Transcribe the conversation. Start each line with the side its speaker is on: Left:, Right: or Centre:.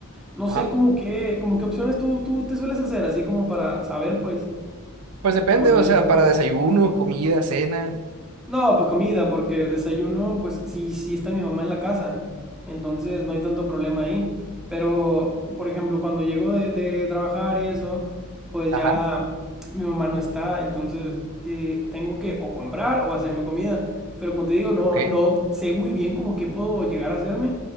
Centre: No
Right: ajá.
Centre: sé como qué, como qué opciones tú, tú te sueles hacer, así como para saber, pues,
Right: Pues depende,
Centre: y ponerlas
Right: o sea,
Centre: también.
Right: para desayuno, comida, cena.
Centre: No, pues comida, porque desayuno, pues sí, sí está mi mamá en la casa, entonces no hay tanto problema ahí. Pero, por ejemplo, cuando llego de, de trabajar y eso, pues
Right: Ajá,
Centre: ya mi mamá no está, entonces eh, tengo que o comprar o hacerme comida. Pero como te digo, no,
Right: ok.
Centre: no sé muy bien como qué puedo llegar a hacerme,